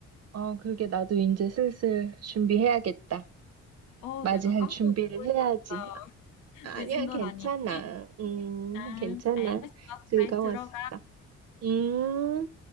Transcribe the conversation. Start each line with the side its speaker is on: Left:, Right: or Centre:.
Right: 어, 그러게 나도 이제 슬슬 준비해야겠다.
Left: 어,
Right: 맞이할
Left: 내가 깜빡
Right: 준비를
Left: 잊고
Right: 해야지.
Left: 있었어.
Right: 아,
Left: 늦은
Right: 아니야,
Left: 건
Right: 괜찮아.
Left: 아니지?
Right: 음,
Left: 아,
Right: 괜찮아.
Left: 알겠어.
Right: 즐거웠어.
Left: 잘 들어.
Right: 음.